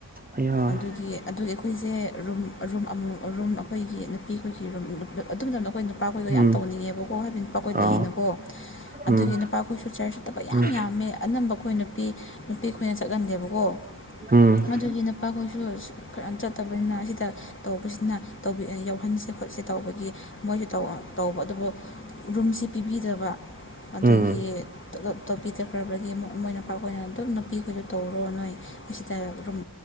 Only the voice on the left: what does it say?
ꯑꯗꯨꯒꯤ ꯑꯗꯨꯒꯤ ꯑꯩꯈꯣꯏꯁꯦ ꯔꯨꯝ ꯔꯨꯝ ꯑꯃꯨ ꯔꯨꯝ ꯑꯩꯈꯣꯏꯒꯤ ꯅꯨꯄꯤ ꯑꯗꯨ ꯃꯇꯝꯗ ꯑꯩꯈꯣꯏ ꯅꯨꯄꯥꯈꯣꯏꯒ
ꯌꯥꯝ ꯇꯧꯅꯤꯡꯉꯦꯕꯀꯣ ꯍꯥꯏꯕꯗꯤ ꯅꯨꯄꯥꯈꯣꯏ
ꯂꯩꯌꯦꯅꯀꯣ
ꯑꯗꯨꯒꯤ ꯅꯨꯄꯥ ꯑꯩꯈꯣꯏꯁꯨ ꯆꯔ ꯆꯨꯠꯇꯕ ꯌꯥꯝ
ꯌꯥꯝꯃꯦ ꯑꯅꯝꯕ ꯑꯩꯈꯣꯏ ꯅꯨꯄꯤ ꯅꯨꯄꯤ ꯑꯩꯈꯣꯏꯅ ꯆꯠꯍꯟꯗꯦꯕꯀꯣ
ꯑꯗꯨꯒꯤ
ꯅꯨꯄꯥꯈꯣꯏꯁꯨ ꯈꯔ ꯆꯠꯇꯕꯅꯤꯅ ꯑꯁꯤꯗ ꯇꯧꯕꯁꯤꯅ ꯇꯧꯕꯤ ꯌꯥꯎꯍꯟꯁꯦꯕ ꯄꯣꯠꯁꯦ ꯇꯧꯕꯒꯤ ꯃꯣꯏꯁꯨ ꯇꯧꯕ ꯑꯗꯨꯕꯨ ꯔꯨꯝꯁꯦ ꯄꯤꯕꯤꯗꯕ ꯑꯗꯨꯒꯤꯞꯇꯣꯄꯤ
ꯇꯈ꯭ꯔꯕꯒꯤ ꯃꯣꯏꯅꯄꯥꯛꯈꯅ ꯑꯗꯨꯝ ꯅꯨꯄꯤꯈꯁꯨ ꯇꯧꯔꯣ ꯅꯣꯏ ꯑꯁꯤꯗ ꯔꯨꯝ